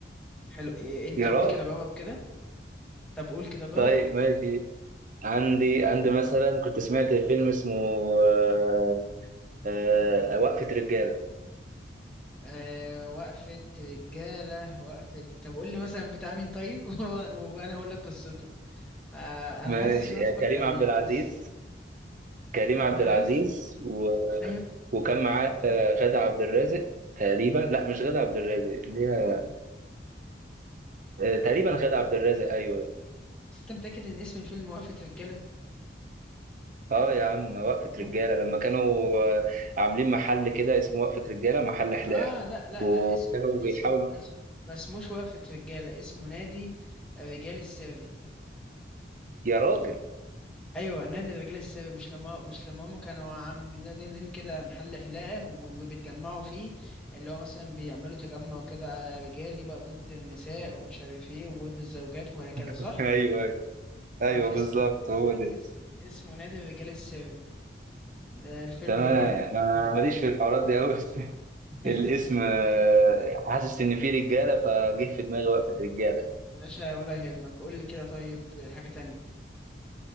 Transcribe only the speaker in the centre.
حلو إيه انت
قول
كده جرب كده طب قول كده جرب
أه وقفة رجالة وقفة طب قول لي مثلا بتاع مين طيب <laughs> و- و- وانا هقول لك قصته أه
انا حاسس ان انا اتفرجت
عليه
بس
ما
انا حاسس
ايوه
بس انت متأكد ان اسم الفيلم وقفة رجالة
م...
اه لا لا
لا اسم
اسم ما اسم- ما اسموش وقفة رجالة اسمه نادي الرجال السري
ايوه نادي الرجال السري مش لما مش لما هم كانوا عاملين لين كده محل حلاقه و- وبيتجمعوا فيه اللي هو مثلا بيعملوا تجمع كده رجالي بقى ضد النساء ومش عارف ايه وضد الزوجات وهكذا
صح؟
آه
اسمه اس
اس اسمه نادي الرجال السري ده الفيلم
ده برضه
حلو
<laughs>
طب
باشا ولا يهمك قول لي كده طيب حاجة تانية